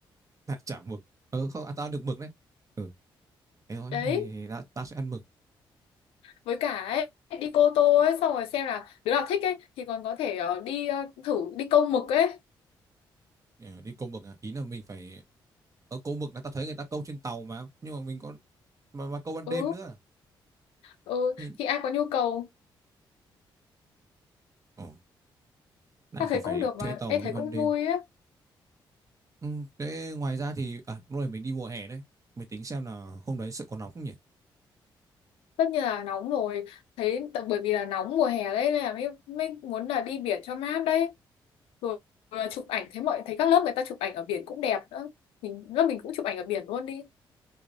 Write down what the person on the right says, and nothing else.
đại chả mực ờ không à, tao ăn được mực đấy ừ thế thôi
thì ta, ta sẽ ăn mực
Ờ, đi câu mực à ý là mình phải ở câu mực là tao thấy người ta câu trên tàu mà nhưng mà mình có mà, mà câu ban
đêm nữa
thì
ồ lại
còn phải
thuê
tàu
đi
ban
đêm
Ừ, thế ngoài ra thì à lúc này mình đi mùa hè đấy mình tính xem là hôm đấy sự có nóng không nhỉ